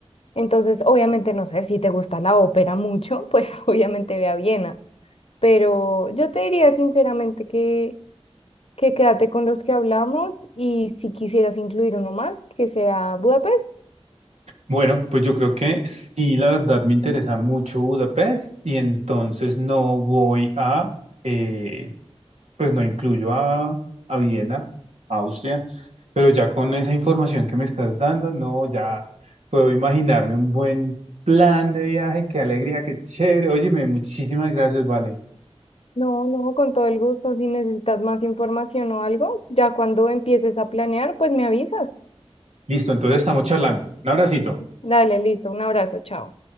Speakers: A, on the left; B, on the right.
A: Entonces, obviamente, no sé, si te gusta la ópera mucho, pues <laughs> obviamente ve a Viena, pero yo te diría sinceramente que, que quédate con los que hablamos y si quisieras incluir uno más, que sea Budapest.
B: Bueno, pues yo creo que sí, la verdad me interesa mucho Budapest y entonces no voy a, eh, pues no incluyo a, a Viena, Austria, pero ya con esa información que me estás dando, no, ya puedo imaginarme un buen plan de viaje, qué alegría, qué chévere. Óyeme, muchísimas gracias, vale.
A: No, no, con todo el gusto. Si necesitas más información o algo, ya cuando empieces a planear, pues me avisas.
B: Listo, entonces estamos charlando. Un abracito.
A: Dale, listo. Un abrazo, chao.